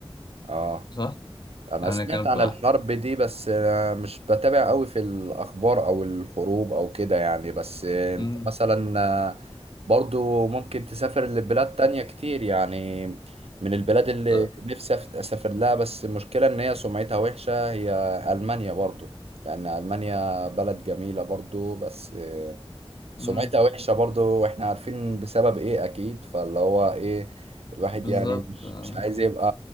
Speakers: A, on the right; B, on the left.
A: اه
B: صح؟
A: انا
B: يعني
A: سمعت
B: كانت
A: عن
B: بقى
A: الحرب دي بس آه، مش بتابع قوي في الاخبار او الحروب او كده يعني بس آه،
B: مم.
A: انت مثلا آه، برضو ممكن تسافر لبلاد تانية كتير يعني من البلاد اللي
B: ط-
A: نفسي أف- اسافر لها بس المشكلة ان هي سمعتها وحشة هي المانيا برضو لان المانيا بلد جميلة برضو بس سمعتها
B: مم.
A: وحشة برضو واحنا عارفين بسبب ايه اكيد فاللي هو ايه الواحد
B: بالظبط
A: يعني مش
B: آه.
A: مش عايز يبقى